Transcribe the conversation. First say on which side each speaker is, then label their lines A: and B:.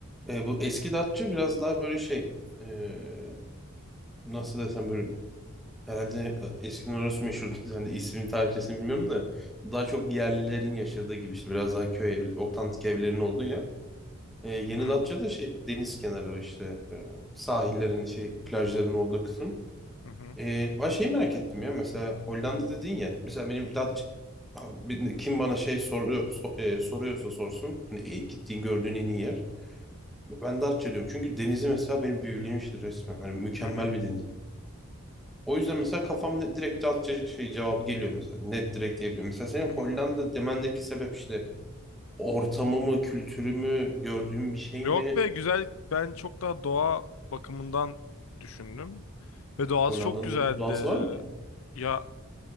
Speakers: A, in the centre; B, on the left.
A: Ee, bu eski Datça biraz daha böyle şey ee, nasıl desem böyle herhalde e, eskiden orası meşhurdu. <laughs> Yani ismini tarihçesini bilmiyorum da daha çok yerlilerin yaşadığı gibi işte biraz daha köy evli, otantik evlerin olduğu yer. Ee, yeni
B: Hı hı,
A: Datça da şey deniz kenarı işte ee, sahillerin şey plajların olduğu kısım.
B: hı hı,
A: Ee, ben şeyi merak ettim ya mesela Hollanda dedin ya mesela benim Datça ha, bir- kim bana şey soruyor so- e, soruyorsa sorsun hani e, gittiğin gördüğün en iyi yer ben Datça diyorum çünkü denizi mesela beni büyülemişti resmen hani mükemmel
B: hı hı.
A: bir deniz o yüzden mesela kafamda direkt Datça şey cevabı geliyor mesela net direkt diyebilirim mesela senin
B: hı
A: Hollanda
B: hı.
A: demendeki sebep işte ortamı mı kültürü mü gördüğün bir şey
B: Yok
A: mi
B: be güzel. Ben çok daha doğa bakımından düşündüm. Ve doğası
A: Hollanda'nın
B: çok güzeldi.
A: öyle bir doğası var mı ki?
B: Ya